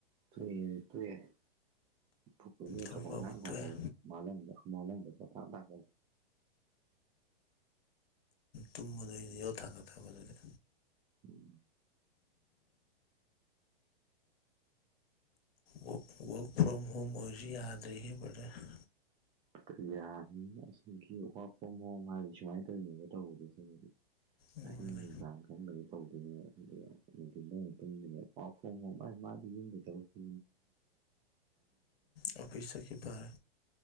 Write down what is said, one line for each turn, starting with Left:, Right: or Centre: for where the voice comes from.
Right: ꯇꯣꯛꯑꯦꯗꯤ ꯇꯣꯛꯑꯦ <unintelligible>
Left: ꯊꯣꯛꯄꯕꯨ ꯇꯣꯛꯑꯦ ꯇꯨꯝꯕꯗꯩꯗꯤ ꯌꯣꯠ ꯊꯥꯡꯒꯠꯇꯕ ꯑꯗꯨꯗꯤ
Right: ꯎꯝ
Left: ꯋꯥꯛ ꯋꯥꯛ ꯐ꯭ꯔꯣꯝ ꯍꯣꯝ ꯑꯣꯏꯔꯖꯨ ꯌꯥꯗ꯭ꯔꯦꯍꯦ ꯕ‌꯭ꯔꯗ꯭ꯔ
Right: ꯀꯩꯌꯥꯕꯅꯤꯅ ꯑꯁꯦꯡꯀꯤ ꯋꯥꯛ ꯐ‍꯭ꯔꯣꯝ ꯍꯣꯝ ꯍꯥꯏꯔꯗꯤ ꯁꯨꯃꯥꯏ ꯇꯧꯔꯤꯅꯦꯕ ꯇꯧꯕꯗꯤ ꯑꯁꯦꯡꯕꯗꯤ
Left: ꯎꯝ
Right: ꯑꯍꯤꯡ ꯅꯨꯡꯗꯥꯡ ꯈꯪꯗꯒꯩ ꯇꯧꯗꯨꯏꯅꯦ <unintelligible> ꯅꯨꯡꯊꯤꯟꯗ ꯑꯣꯏꯅ ꯇꯨꯝꯗꯨꯏꯅꯦ ꯄꯥꯎ ꯈꯣꯡ ꯍꯣ ꯃꯥ ꯃꯥꯗꯤ ꯌꯨꯝꯗꯩ ꯊꯕꯛ <inaudible>
Left: ꯑꯣꯐꯤꯁ ꯁꯀꯤꯄꯥꯔ